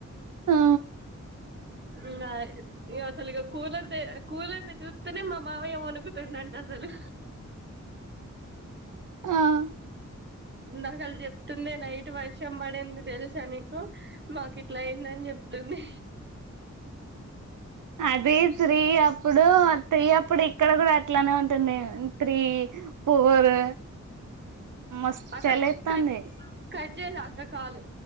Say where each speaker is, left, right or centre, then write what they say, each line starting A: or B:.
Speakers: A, on the right; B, on the right.
A: ఆ
B: ఇంగ ఇగ అసలిగ కూలర్ కూలర్ ని చూత్ తేనె మామమాయ్యా ఒనుకుతుండంట అసలు
A: ఆ
B: నాక్ అల్ చెప్తుండే నైట్ వర్షం పడింది తెలుసా నీకు మాకు ఇట్లా అయిందని చెప్తుంది
A: అదే త్రీ అప్పుడు త్రి అప్పుడు ఇక్కడకుడ్ అట్ అట్లానే ఉంటుంది త్రీ ఫోర్ మస్తు
B: అక్క
A: చలి
B: క
A: ఎత్తాంది
B: కట్ కట్ చైరా అక్క కాలు